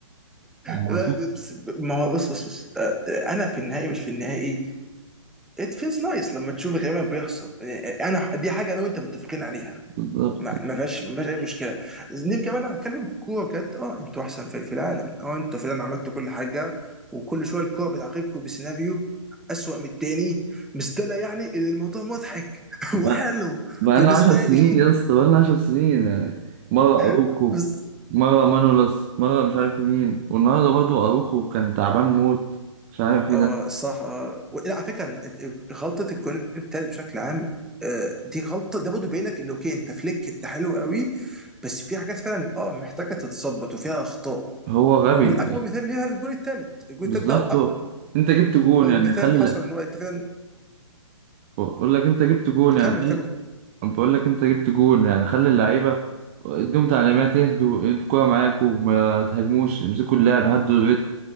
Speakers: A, on the right; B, in the centre.
A: عارفين
B: لا ده بس ما هو بص بص بص آه، انا في النهائي مش في النهائي ات فيلز نايس لما تشوف غيرك بيخسر آه، انا دي حاجه انا وانت متفقين عليها
A: بالظبط
B: ما ما فيهاش ما فيهاش اي مشكله نيجي كمان هنتكلم كوره بجد اه انتوا احسن فريق في العالم اه انتوا فعلا عملتوا كل حاجه وكل شويه الكوره بتعاقبكم بسيناريو اسوأ من التاني بس ده لا يعني ان الموضوع مضحك <laughs>
A: بقى
B: وحلو
A: لنا
B: بالنسبه
A: 10 سنين
B: لي
A: يا اسطى بقى لنا 10 سنين يعني مرة أروخو
B: <laughs> بس
A: مرة مانولاس مرة مش عارف مين والنهارده برضه أروخو كان تعبان موت مش عارف ايه
B: اه
A: ده
B: صح اه و- لا على فكره غلطه الجون التالت بشكل عام آه، دي غلطه ده برضه بينك ان اوكي انت فليك انت حلو قوي بس في حاجات فعلا اه محتاجه تتظبط وفيها اخطاء
A: هو غبي
B: ومن اكبر مثال ليها الجون التالت الجون
A: بالظبط
B: التالت ده اكبر
A: هو. انت جبت جون يعني
B: مثال
A: خلي
B: حصل ان هو انت فعلا
A: اقول لك انت جبت جون يعني
B: كمل كمل
A: بقول لك انت جبت جول يعني خلي اللعيبه اديهم تعليمات اهدوا انتوا الكوره معاكوا ما تهاجموش امسكوا اللعب هدوا الريتم